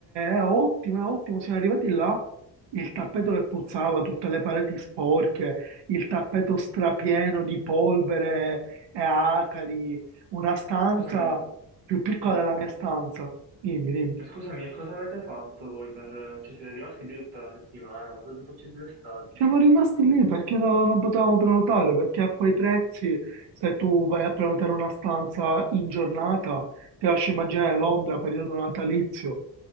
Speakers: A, on the right; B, on the right.
A: è ottimo, è ottimo. Siamo arrivati là, il tappeto che puzzava, tutte le pareti sporche, il tappeto strapieno di polvere e acari, una stanza
B: Scusami,
A: più piccola
B: mm.
A: della mia stanza. Dimmi, dimmi.
B: Ma Scusami, e cosa avete fatto voi per... Cioè siete rimasti lì tutta la settimana, quanto tempo ci siete stati?
A: Siamo rimasti lì perché no- non potevamo prenotare, perché a quei prezzi, se tu vai a prenotare una stanza in giornata, ti lascio immaginare Londra, periodo natalizio.